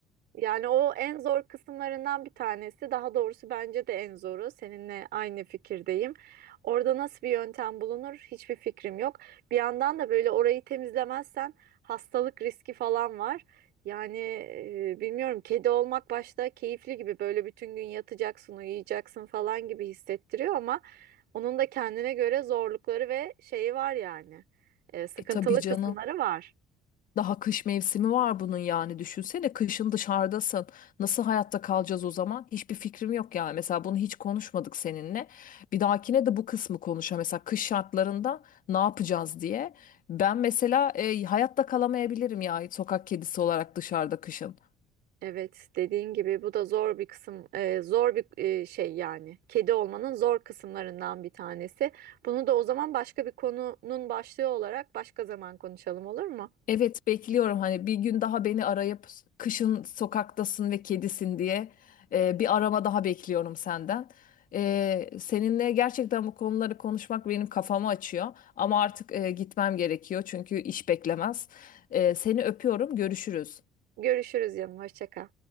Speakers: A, on the right; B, on the left.
A: Yani o en zor kısımlarından bir tanesi. Daha doğrusu bence de en zoru. Seninle aynı fikirdeyim. Orada nasıl bir yöntem bulunur hiçbir fikrim yok. Bir yandan da böyle orayı temizlemezsen hastalık riski falan var. Yani e, bilmiyorum kedi olmak başta keyifli gibi böyle bütün gün yatacaksın, uyuyacaksın falan gibi hissettiriyor ama onun da kendine göre zorlukları ve şeyi var yani. E, sıkıntılı
B: E tabii canım.
A: kısımları var.
B: Daha kış mevsimi var bunun yani düşünsene kışın dışarıdasın. Nasıl hayatta kalacağız o zaman? Hiçbir fikrim yok yani. Mesela bunu hiç konuşmadık seninle. Bir dahakine de bu kısmı konuşa. Mesela kış şartlarında ne yapacağız diye. Ben mesela e, hayatta kalamayabilirim ya sokak kedisi olarak dışarıda kışın.
A: Evet, dediğin gibi bu da zor bir kısım, e, zor bir e, şey yani. Kedi olmanın zor kısımlarından bir tanesi. Bunu da o zaman başka bir konunun başlığı olarak başka zaman konuşalım olur mu?
B: Evet bekliyorum hani bir gün daha beni arayıp kışın sokaktasın ve kedisin diye e, bir arama daha bekliyorum senden. E, seninle gerçekten bu konuları konuşmak benim kafamı açıyor ama artık e, gitmem gerekiyor çünkü iş beklemez. E, seni öpüyorum görüşürüz.
A: Görüşürüz canım, hoşça kal.